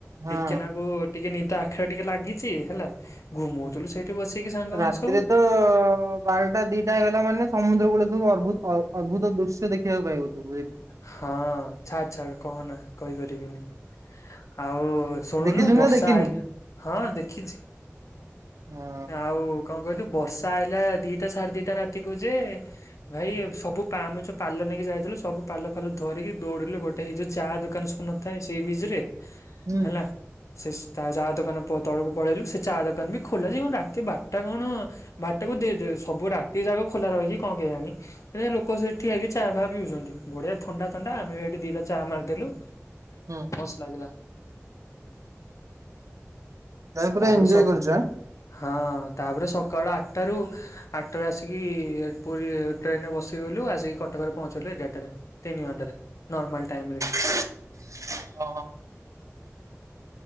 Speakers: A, on the right (about 75°); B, on the left (about 70°).
A: ହଁ
B: ଟିକେନା କୁ ଟିକେ ନିଦ ଆଖିରେ ଟିକେ ଲାଗିଛି ହେଲା ଘୁମଉଥିଲୁ ସେଇଠି ବସେଇକି ସାଙ୍ଗମାନେ
A: ରାତିରେ
B: ସବୁ
A: ତ ବାରଟା ଦିଟା ହେଇଗଲା ମାନେ ସମୁଦ୍ର କୁଡ ସବୁ ଅର୍ଭୁତ ଅ-ଅଦ୍ଭୁତ ଦୃଶ୍ୟ ଦେଖିବାକୁ ପାଇବୁ ବୁଝିଲୁ।
B: ହଁ ଛାଡ ଛାଡ କହନା କହିପାରିବିନି ଆଉ ଶୁଣୁନୁ
A: ଦେଖିଛୁ
B: ବର୍ଷା
A: ନା ଦେଖିନୁ
B: ଆଇଲା ହଁ ଦେଖିଛି
A: ହଁ
B: ଆଉ କଣ କହିଲୁ ବର୍ଷା ଆଇଲା ଦିଟା ସାଢେ ଦିଟା ରାତିକୁ ଯେ ଭାଇ ସବୁ ପାମ ଯ ପାଲ ନେଇକି ଯାଇଥିଲୁ ସବୁ ପାଲ ଫାଲ ଧରିକି ଦୌଡିଲୁ ଗୋଟେ ହେଇଯୋଉ ଚା ଦୋକାନ ଶୁନଥାଏ ସେଇ ବିଚ୍ ରେ
A: ହୁଁ
B: ହେଲା ସେ ତା ଚାହା ଦୋକାନ ତଳକୁ ପଳେଇଲୁ ସେ ଚା ଦୋକାନ ବି ଖୋଲା ସେ କଣ ରାତି ବାରଟା କଣ ବାରଟାକୁ ସବୁ ରାତି ଯା ଖୋଲା ରହିକି କଣ କେଜାଣି ସୋ ଲୋକ ସେଠି ଠିଆ ହେଇକି ଚା ଫା ପିଉଛନ୍ତି ବଢ଼ିଆ ଥଣ୍ଡା ଥଣ୍ଡା ଆମେ ଏଇଠେ ଦୁଇଟା ଚା ମାରିଦେଲୁ
A: ହୁଁ।
B: ମସ୍ତ ଲାଗିଲା।
A: ତାକୁ ପୁରା
B: ତାପରେ
A: ଏଞ୍ଜୟ
B: ସ
A: କରିଛୁ ଆଁ ହଁ
B: ହଁ ତାପରେ ସକାଳ ଆଠଟାରୁ ଆଠଟାରୁ ଆସିକି ପୁରୀ ଟ୍ରେନ ରେ ବସିଗଲୁ ଆସିକି କଟକରେ ପହଞ୍ଚିଲୁ ଏଗାରଟାରେ। ତିନି ଘଣ୍ଟାରେ। ନର୍ମାଲ ଟାଇମ ରେ।
A: ହଁ ହଁ।